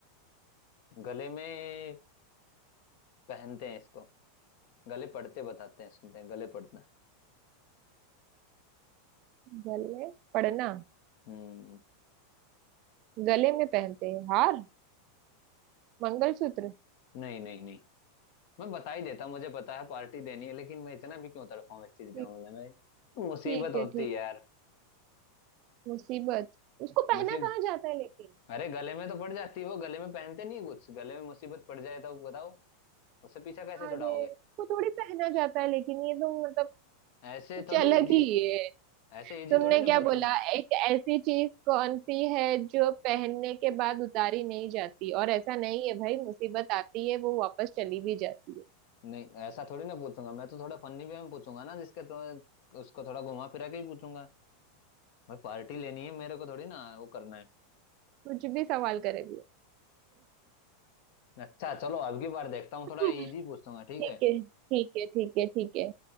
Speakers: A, on the left; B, on the right.
A: गले में पहनते हैं इसको गले पड़ते बताते हैं सुनते हैं गले पड़ना
B: गले पड़ना
A: हम्म
B: गले में पहनते हैं हार मंगलसूत्र
A: नहीं नहीं नहीं मैं बता ही देता मुझे पता है पार्टी देनी है लेकिन मैं इतना भी क्यों तड़पाऊं इस चीज के
B: ठीक
A: मामले में मुसीबत
B: ठीक
A: होती
B: है ठीक
A: है यार
B: मुसीबत उसको
A: मुसीबत
B: पहना कहाँ जाता है लेकिन
A: अरे गले में तो पड़ जाती है वो गले में पहनते नहीं कुछ गले में मुसीबत पड़ जाए तो बताओ उससे पीछा कैसे
B: अरे
A: छुड़ाओगे
B: उसको थोड़ी पहना जाता है लेकिन ये तो मतलब
A: ऐसे
B: कुछ
A: थोड़ी
B: अलग
A: इजी
B: ही है
A: ऐसे इजी
B: तुमने
A: थोड़ी ना
B: क्या
A: पूछूंगा
B: बोला एक ऐसी चीज कौन सी है जो पहनने के बाद उतारी नहीं जाती और ऐसा नहीं है भाई मुसीबत आती है वो वापस चली भी जाती है
A: नहीं ऐसा थोड़ी ना पूछूंगा मैं तो थोड़ा फनी वे में पूछूंगा ना जिसके तो उसको थोड़ा घुमा फिरा के ही पूछूंगा भाई पार्टी लेनी है मेरे को थोड़ी ना वो करना है
B: कुछ भी सवाल करेगी
A: अच्छा चलो अब की बार देखता हूँ
B: <laughs>
A: थोड़ा इजी पूछूंगा ठीक
B: ठीक
A: है
B: है ठीक है ठीक है ठीक है